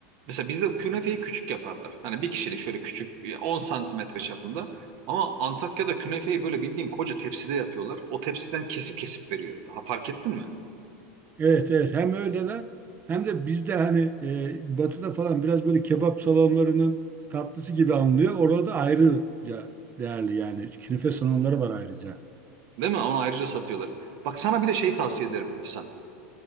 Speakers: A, on the right (about 60°); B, on the right (about 25°).
A: mesela bizde künefeyi küçük yaparlar. Hani bir kişilik şöyle küçük e, 10 santimetre çapında. Ama Antakya'da künefeyi böyle bildiğin koca tepside yapıyorlar. O tepsiden kesip kesip veriyor. Ha, fark ettin mi?
B: Evet evet hem öyleler hem de bizde hani e, batıda falan biraz böyle kebap salonlarının tatlısı gibi anılıyor. Orada da ayrıca değerli yani. Künefe salonları var ayrıca.
A: Değil mi? Onu ayrıca satıyorlar. Bak sana bir de şey tavsiye ederim İhsan.